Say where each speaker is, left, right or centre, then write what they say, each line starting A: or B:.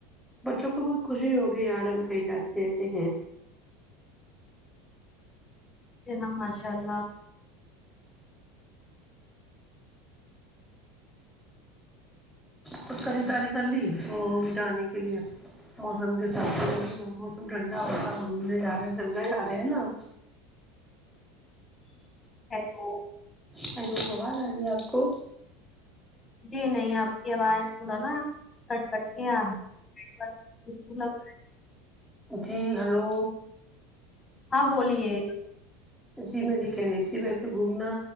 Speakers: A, in the centre; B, on the left.
A: بچوں کو بہت خوشی ہوگی یار ہم کہیں جاتے ہیں کہیں کہتے ہیں
B: جی ہاں ماشاء اللہ
A: کچھ خریداری کر لی جانے کے لیے موسم کے موسم ٹھنڈا ہوتا گھومنے جا رہے ہیں شملا جا رہے ہیں نا
B: ہیلو
A: ہیلو آواز آ رہی ہے آپ کو
B: جی نہیں آپ کی آواز تھوڑا نا کٹ کٹ کے آ <unintelligible> اس لگا
A: جی ہیلو
B: ہاں بولیے
A: جی میں جی کہہ رہی تھی ویسے گھومنا